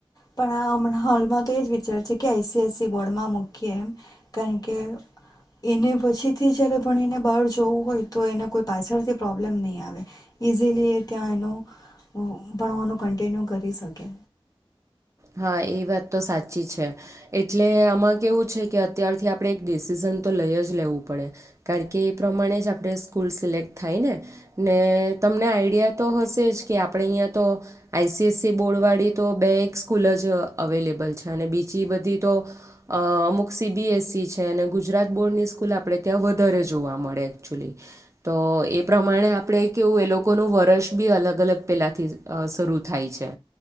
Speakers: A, on the left (about 40°); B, on the right (about 30°).
A: પણ આ હમણાં હાલમાં તો એ જ વિચાર છે કે આઈસીઆઈસી બોર્ડમાં મૂકીએ એમ કારણ કે એને પછીથી જ્યારે ભણીને બાર જવું હોય તો એને કોઈ પાછળથી પ્રોબ્લેમ નહીં આવે ઇઝીલી એ ત્યાં એનું ભણવાનું કન્ટિન્યુ કરી શકે.
B: હા એ વાત તો સાચી છે એટલે આમાં કેવું છે કે અત્યારથી આપણે એક ડિસિઝન તો લઈ જ લેવું પડે કારણ કે એ પ્રમાણે જ આપણે સ્કૂલ સિલેક્ટ થાય ને ને તમને આઈડિયા તો હશે જ કે આપણે અહીંયા તો આઈસીએસસી બોર્ડવાળી તો બે એક સ્કૂલ જ અવેલેબલ છે અને બીજી બધી તો અ અમુક સીબીએસઇ છે અને ગુજરાત બોર્ડની સ્કૂલ આપણે ત્યાં વધારે જોવા મળે એકચ્યુલી તો એ પ્રમાણે આપણે કેવું એ લોકોનું વર્ષ બી અલગ અલગ પહેલાંથી અ શરૂ થાય છે